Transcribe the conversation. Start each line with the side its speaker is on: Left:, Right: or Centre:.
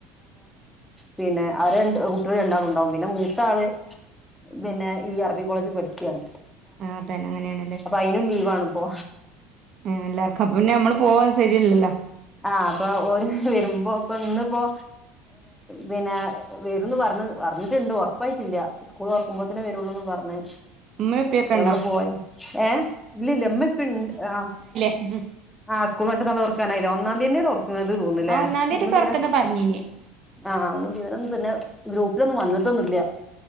Centre: പിന്നെ ആരണ്ട് കുട്ടികള് രണ്ടാളും ഉണ്ടാവും പിന്നെ മൂത്താള് പിന്നെ ഈ അറബി കോളേജിൽ പഠിക്കയാണ്
Right: ആഹ്തന്നെ അങ്ങനെയാ
Centre: അപ്പൊ അയിനും ലീവാണ് പോ
Right: ആ എല്ലാർക്കും <unintelligible> പിന്നെ നമ്മള് പോവാ ശരിയല്ലല്ലോ
Centre: ആഹ് അപ്പൊ ഓര് വരുമ്പോ ഇന്നിപ്പോ പിന്നെ വരൂന്ന് പറഞ്ഞ് പറഞ്ഞിട്ടുണ്ട് ഉറപ്പായിട്ടില്ല സ്കൂൾ തൊറക്കുമ്പോത്തേനേവരുള്ളൂന്ന് പറഞ്ഞ്
Right: ഉമ്മേം ഉപ്പേംക്കണ്ടോ
Centre: ഞമ്മള് പോയ ഏഹ് ഇല്ലില്ല ഉമ്മപ്പ്ണ്ട് ആഹ്
Right: <unintelligible>
Centre: ആഹ് സ്കൂള <unintelligible> തുറക്കാനായില്ലേ ഒന്നാം തീയന്നെ തുറക്കുന്നത് തോന്ന്ലേ
Right: ആ ഒന്നാം തീയതി
Centre: ഒന്ന്
Right: തുറക്കുന്ന്
Centre: പിന്നെ
Right: പറഞ്ഞീനി
Centre: ആഹ് ഒന്നു വിവരം പിന്നെ ഗ്രൂപ്പിലൊന്നും വന്ന്